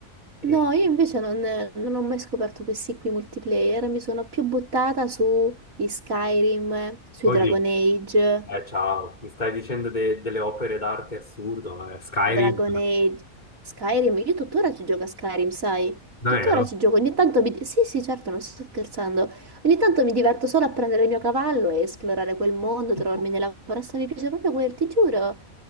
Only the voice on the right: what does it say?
No, io invece non, non ho mai scoperto questi qui multiplayer, mi sono più buttata sugli Skyrim, eh, sui
Dragon Age.
Dragon Age, Skyrim, io tuttora ci gioco a Skyrim, sai?
Tuttora ci gioco, ogni tanto mi... Sì, sì, certo, non sto scherzando. Ogni tanto mi diverto solo a prendere il mio cavallo e esplorare quel mondo,
trovarmi nella foresta, mi piace proprio quel, ti giuro.